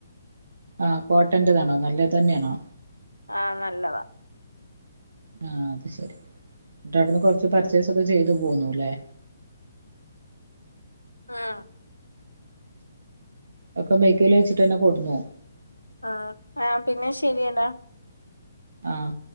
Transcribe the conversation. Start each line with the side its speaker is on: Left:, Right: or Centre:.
Right: ആ കോട്ടൻ്റതാണോ നല്ലത് തന്നെണോ
Left: ആഹ് നല്ലതാ
Right: ആഹ് അത് ശരി ന്നിട്ടഅവ്ട്ന്ന് കൊർച്ച് പർച്ചേസ് ഒക്കെ ചെയ്തു പോന്നു ലെ
Left: ആഹ്
Right: ഒക്കെ ബൈക്കില് വെച്ചിട്ടന്നെ കൊട്ന്നു
Left: ആഹ് ആ പിന്നെ ശരിയടാ
Right: ആഹ്